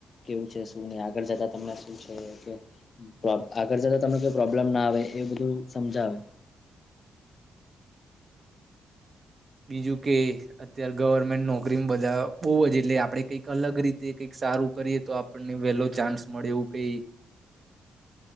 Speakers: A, on the left (about 45°); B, on the right (about 45°).
A: કેવું છે શું નહી આગળ જતા <unintelligible> છે તો આગળ જતા તમને પ્રોબ્લેમ ના આવે એ બધું સમજાવે.
B: બીજું કે અત્યારે ગવર્મેન્ટ નોકરી બધા બો જ એટલે આપણે કંઈક અલગ રીતે કઈક સારું કરીએ તો આપણને વહેલો ચાન્સ મળે એવું કઈ